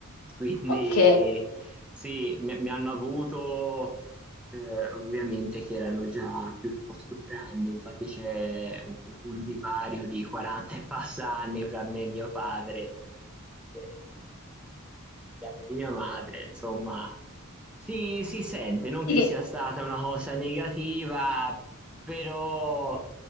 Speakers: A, in the centre; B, on the left.
A: quindi
B: Ok,
A: sì, mi, mi hanno avuto eh, ovviamente che erano già piuttosto grandi, infatti c'è un, un divario di 40 e passa anni fra me e mio padre, eh, grande di mia madre, insomma. Si, si sente, non
B: Sì
A: che
B: che-
A: sia stata una cosa negativa, però